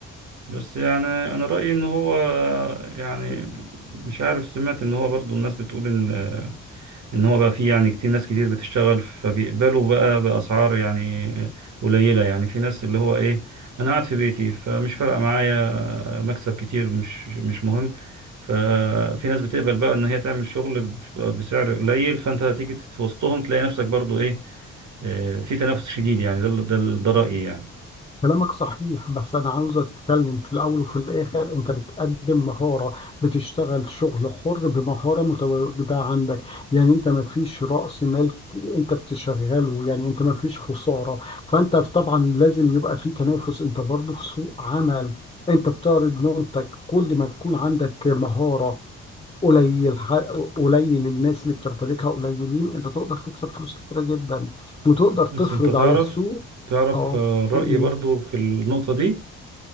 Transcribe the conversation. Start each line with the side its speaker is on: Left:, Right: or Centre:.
Right: بس يعني انا رايي ان هو يعني مش عارف سمعت ان هو برضو الناس بتقول ان ان هو بقى فيه يعني كتير ناس كتير بتشتغل فبيقبلوا بقى باسعار يعني قليله يعني في ناس اللي هو ايه انا قاعد في بيتي فمش فارقه معايا مكسب كتير مش مش مهم ففي ناس بتقبل بقى ان هي تعمل شغل بسعر قليل فانت هتيجي في وسطهم تلاقي نفسك برضو ايه آه، في تنافس شديد يعني ده ده ده رايي يعني
Left: كلامك صحيح بس أنا عاوز أتكلم في الأول وفي الآخر أنت بتقدم مهارة بتشتغل شغل حر بمهارة متواجدة عندك يعني أنت ما فيش رأس مال ك- أنت بتشغله يعني أنت ما فيش خسارة فأنت طبعا لازم يبقى في تنافس أنت برضه في سوق عمل أنت بتعرض منتج كل ما تكون عندك مهارة قليل ح- قليل الناس اللي بتمتلكها قليلين أنت تقدر تكسب فلوس كتيرة جدا وتقدر تفرض
Right: بس انت تعرف
Left: على السوق
Right: تعرف
Left: أه
Right: آه، رأيي
Left: إيه
Right: برضو في النقطة دي